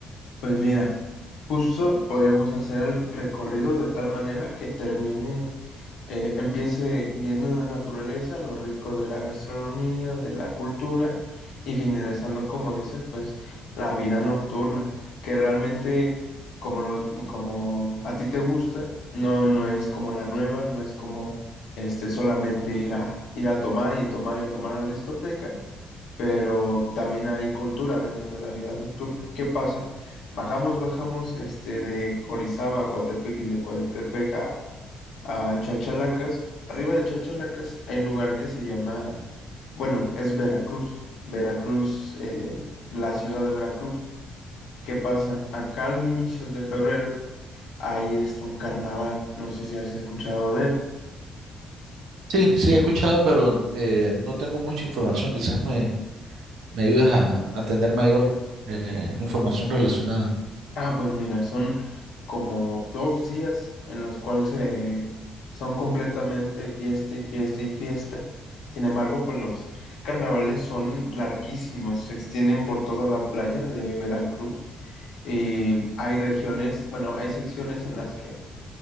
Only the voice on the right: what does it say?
Sí, sí he escuchado, pero eh, no tengo mucha información. Quizás me, me ayudes a, a tener mayor eh, información relacionada.